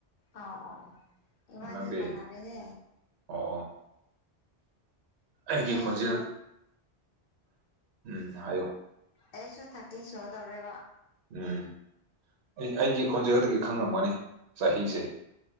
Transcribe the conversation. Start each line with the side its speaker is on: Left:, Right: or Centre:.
Left: ꯑꯥꯎ ꯑꯣ ꯑꯣ ꯏꯕꯥꯟꯅꯤ
Right: ꯑꯣ ꯅꯪꯗꯤ
Left: ꯃꯥꯟꯅꯔꯦꯅꯦ
Right: ꯑꯣ ꯑꯩꯒꯤ
Left: ꯑꯩꯁꯨ
Right: ꯈꯣꯟꯖꯦꯜ ꯎꯝ ꯍꯥꯏꯌꯣ
Left: ꯑꯩꯁꯨ ꯊꯥꯔꯇꯤ ꯁꯨꯒꯗꯧꯔꯦꯕ
Right: ꯎꯝ ꯑꯩ ꯑꯩꯒꯤ ꯈꯣꯟꯖꯦꯜ ꯗꯒꯤ ꯈꯪꯔꯝꯒꯅꯤ ꯆꯍꯤꯁꯦ